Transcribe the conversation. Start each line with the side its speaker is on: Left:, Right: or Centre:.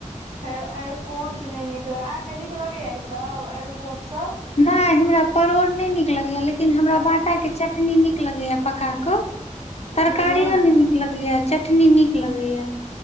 Right: फेर अएरकोंच नै निक लग अहाँके नीक लगैया ई सब अएरकोंच सब।
Left: नै हमरा परोड़ नय निक लगैया लेकिन हमरा बाटा के चटनी नीक लगैया पका क। तरकारियो
Right: हूँ
Left: नै नीक लगैया चटनी नीक लगैया।